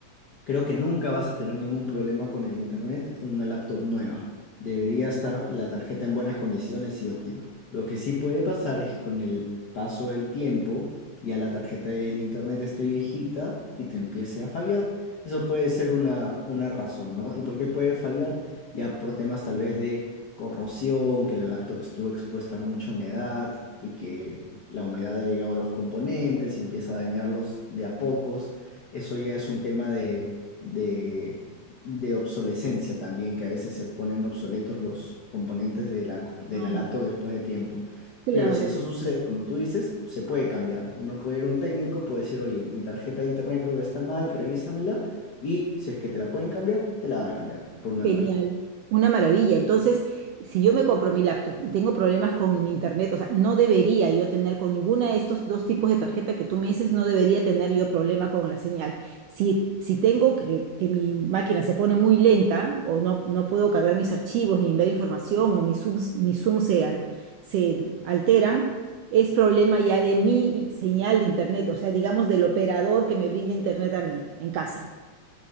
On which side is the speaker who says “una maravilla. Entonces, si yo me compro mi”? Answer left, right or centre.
Right